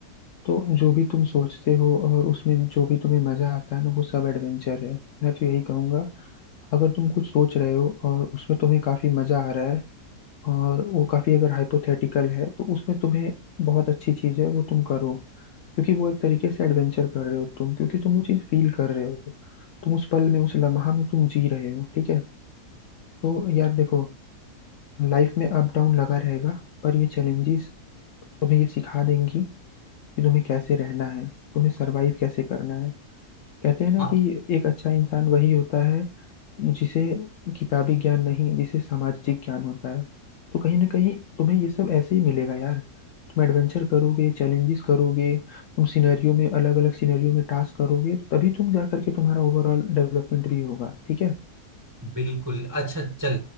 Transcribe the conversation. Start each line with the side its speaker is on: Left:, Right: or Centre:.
Left: तो जो भी तुम सोचते हो और उसमें जो भी तुम्हें मजा आता है ना वो सब एडवेंचर है मैं तो यही कहूंगा अगर तुम कुछ सोच रहे हो और उसमें तुम्हें काफी मजा आ रहा है और वो काफी अगर हाइपोथेटिकल है तो उसमें तुम्हें बहुत अच्छी चीज है वो तुम करो क्योंकि वो एक तरीके से एडवेंचर कर रहे हो तुम क्योंकि तुम वो चीज फील कर रहे हो तुम उस पल में उस लम्हा में तुम जी रहे हो ठीक है तो यार देखो लाइफ में अप डाउन लगा रहेगा पर ये चैलेंजेस तुम्हें ये सिखा देंगी कि तुम्हें कैसे रहना है तुम्हें सरवाइव कैसे करना है कहते हैं ना
Right: हाँ
Left: कि एक अच्छा इंसान वही होता है जिसे किताबी ज्ञान नहीं जिसे सामाजिक ज्ञान होता है तो कहीं ना कहीं तुम्हें ये सब ऐसे ही मिलेगा यार तुम एडवेंचर करोगे चैलेंजेस करोगे तुम सिनेरियो में अलग अलग सिनेरियो में टास्क करोगे तभी तुम जा करके तुम्हारा ओवरऑल डेवलपमेंट भी होगा ठीक है
Right: बिल्कुल अच्छा चल